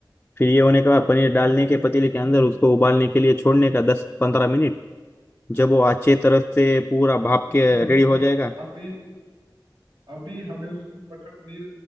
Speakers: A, on the left (about 20°); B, on the right (about 75°).
A: फिर ये होने के बाद पनीर डालने के पतीले के अंदर उसको उबालने के लिए छोड़ने का दस पंद्रह मिनट जब वो अच्छे तरह से पूरा भाप
B: उसमें
A: के
B: मतलब
A: रेडी हो जाएगा
B: अभी अभी हमें उसमें मटर पनीर